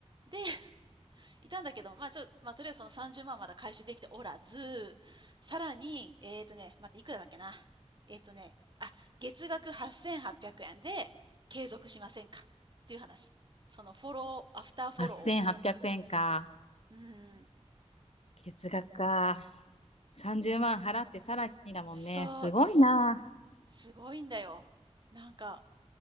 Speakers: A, on the right; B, on the left.
A: で、いたんだけど、まあ、ちょ、まあ、とりあえずその30万まんまだ回収できておらず、さらに、えーとね、待って、いくらだっけな。えーとね、あ、月額8800円で継続しませんかっていう話。そのフォロー、アフターフォローを。
B: 8800円か。
A: うーん、
B: 月額か。30万払ってさらにだもんね。
A: そう、
B: すごいな。
A: す、すごいんだよ。なんか、